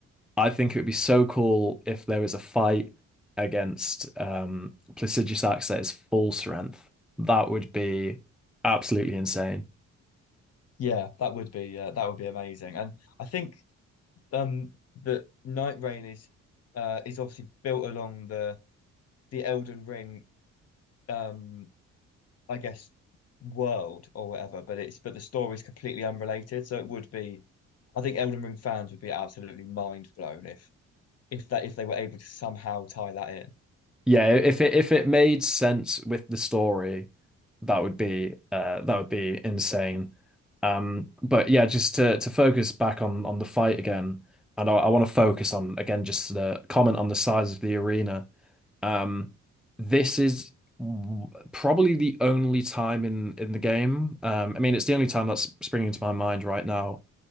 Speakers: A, in the centre; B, on the left.
A: I think it would be so cool if there was a fight against um Placiduous Axe at his full strength. That would be absolutely insane.
B: Yeah, that would be uh, that would be amazing, and I think um that Night Rain is uh is obviously built along the the Elden Ring um I guess, world or whatever, but it's but the story's completely unrelated. So it would be, I think Elden Ring fans would be absolutely mind blown if if that if they were able to somehow tie that in.
A: yeah, if it if it made sense with the story, that would be uh that would be insane. Um, but yeah, just to to focus back on on the fight again, and I, I want to focus on again just the comment on the size of the arena. Um, this is w- probably the only time in in the game. Um, I mean, it's the only time that's springing to my mind right now